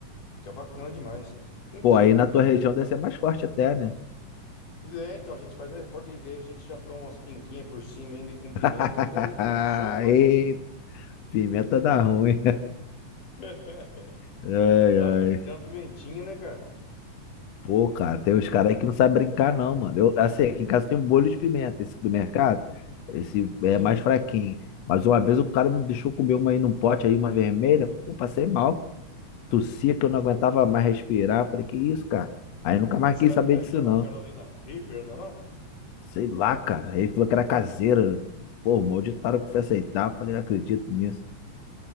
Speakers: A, on the left; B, on the left.
A: Fica bacana demais. Então.
B: Pô, aí na tua região deve ser mais forte até, né?
A: É, então a gente faz mais forte e aí a gente já toma umas pinguinhas por cima ainda e com pimenta
B: <laughs>
A: ainda, aí já soa mais
B: Ei,
A: ainda.
B: pimenta dá ruim.
A: <laughs>
B: Ai,
A: Tá,
B: ai.
A: tem que ter uma pimentinha, né, cara?
B: Pô, cara, tem uns caras aí que não sabem brincar, não, mano. Eu, assim, aqui em casa tem um molho de pimenta, esse do mercado. Esse
A: Sim.
B: é mais fraquinho. Mas uma vez o cara me deixou comer uma aí num pote aí, uma vermelha. Pô, passei mal. Tossia que eu não aguentava mais respirar. Falei, que isso, cara? Aí nunca mais
A: Será
B: quis saber
A: que não é
B: disso,
A: aquela
B: não.
A: Carolina Reaper, não, é não?
B: Sei lá, cara. Ele falou que era caseira. Pô, malditaram que foi aceitar. Falei, não acredito nisso.